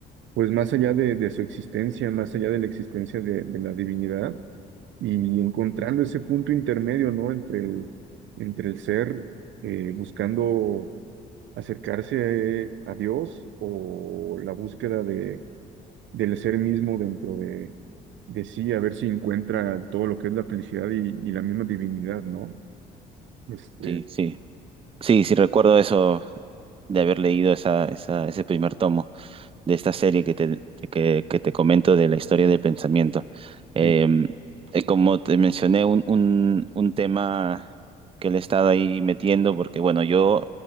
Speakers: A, on the right; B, on the right.
A: pues más allá de, de su existencia, más allá de la existencia de, de la divinidad, y encontrando ese punto intermedio, ¿no? Entre el, entre el ser eh, buscando acercarse a Dios o la búsqueda de, del ser mismo dentro de, de sí, a ver si encuentra todo lo que es la felicidad y, y la misma divinidad, ¿no? Este,
B: Sí, sí. Sí, sí recuerdo eso de haber leído esa, esa, ese primer tomo. de esta serie que te, que, que te comento de la historia del pensamiento. Eh,
A: eh,
B: eh, como te mencioné, un, un, un tema que le he estado ahí metiendo, porque bueno, yo,